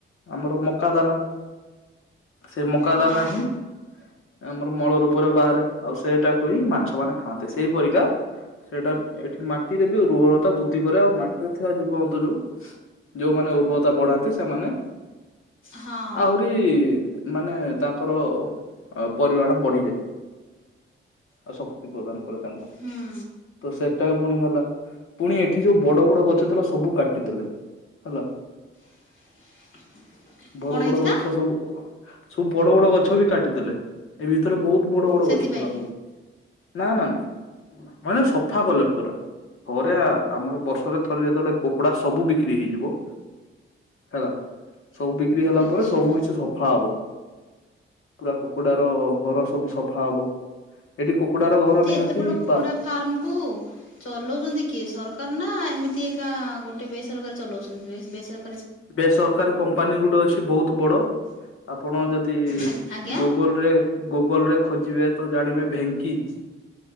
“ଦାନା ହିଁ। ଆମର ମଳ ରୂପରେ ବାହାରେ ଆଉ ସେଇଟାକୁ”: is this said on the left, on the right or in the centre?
Left